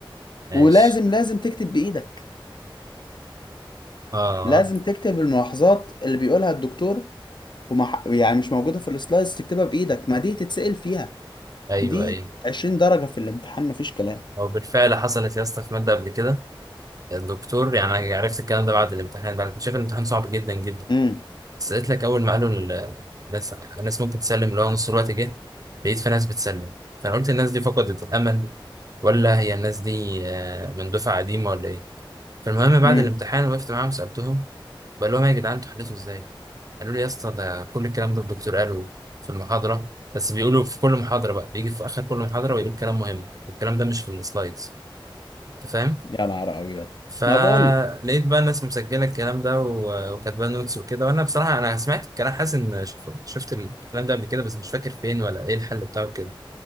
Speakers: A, on the right; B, on the left.
A: ماشي
B: ولازم لازم تكتب بايدك
A: اه
B: لازم تكتب الملاحظات اللي بيقولها الدكتور ومح... يعني مش موجودة في السلايدز تكتبها بايدك ما دي تتسأل فيها
A: ايوه
B: دي
A: ايوه
B: 20 درجة في الامتحان مفيش كلام
A: هو بالفعل حصلت يا اسطى في ماده قبل كده الدكتور يعني عرفت الكلام ده بعد الامتحان بقى انا كنت شايف الامتحان صعب جدا جدا
B: امم
A: بس قلت لك اول ما قالوا ال- الناس الناس ممكن تسلم اللي هو نص الوقت جه لقيت في ناس بتسلم فانا قلت الناس دي فقدت الامل ولا هي الناس دي آه، من دفعه قديمه ولا ايه فالمهم بعد
B: امم
A: الامتحان وقفت معاهم سالتهم بقول لهم يا جدعان انتوا حليتوا ازاي قالوا لي يا اسطى ده كل الكلام ده الدكتور قاله في المحاضره بس بيقولوا في كل محاضره بقى بيجي في اخر كل محاضره ويقول كلام مهم والكلام ده مش في السلايدز انت فاهم
B: يا نهار ابيض
A: فلقيت
B: ما بقول لك
A: بقى الناس مسجله الكلام ده و- وكاتبه نوتس وكده وانا بصراحه انا سمعت الكلام حاسس ان شف- شفت الكلام ده قبل كده بس مش فاكر فين ولا ايه الحل بتاعه كده